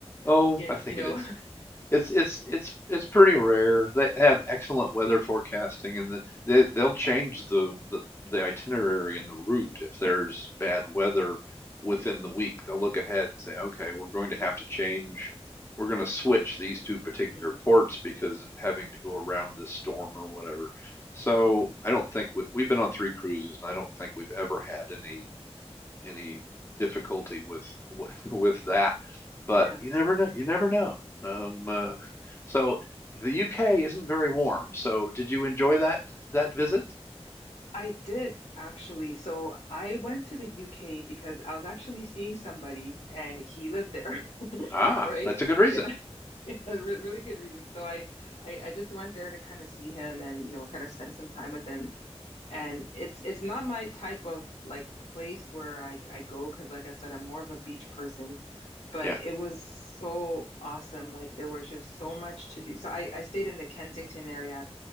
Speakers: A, on the left; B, on the left.
A: Oh,
B: yeah
A: I think
B: you know
A: it is.
B: <laughs>
A: It's it's it's it's pretty rare. They have excellent weather forecasting, and the, they they'll change the, the the itinerary and the route if there's bad weather within the week. They'll look ahead and say, okay, we're going to have to change. We're going to switch these two particular
B: Mm,
A: ports because of having to go around this storm or whatever. So I don't think we, we've been on three cruises, and I don't think we've ever had any any difficulty with with, <laughs> with that. But
B: yeah
A: you never know. You never know. Um, uh, so the UK isn't very warm. So did you enjoy that that visit?
B: I did actually so I went to the UK because I was actually seeing somebody and he lived there <laughs>
A: Ah,
B: right
A: that's a good reason.
B: yeah <laughs> a re- really good reason so I, I I just went there to kind of see him and you know kind of spend some time with him and it's it's not my type of like place where I I go because like I said I'm more of a beach person but
A: Yeah.
B: it was so awesome like there was just so much to do so I I stayed in the Kensington area